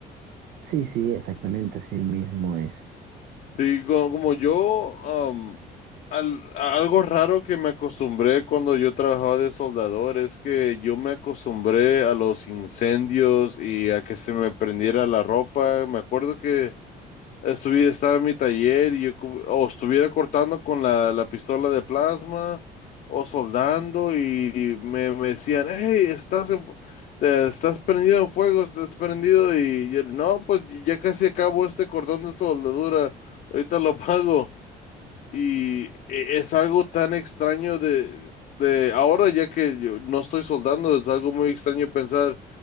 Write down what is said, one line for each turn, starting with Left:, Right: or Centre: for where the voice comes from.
Right: Sí, sí, exactamente así mismo es.
Left: Sí, co- como, yo, am, al- a algo raro que me acostumbré cuando yo trabajaba de soldador es que yo me acostumbré a los incendios y a que se me prendiera la ropa. Me acuerdo que Estuvi, estaba en mi taller y yo cu- o estuviera cortando con la, la pistola de plasma o soldando y me, me decían, hey, estás, en- te- estás prendido en fuego, estás prendido y yo, no, pues ya casi acabo este cordón de soldadura, ahorita lo pago. Y e- es algo tan extraño de, de ahora, ya que yo no estoy soldando, es algo muy extraño pensar.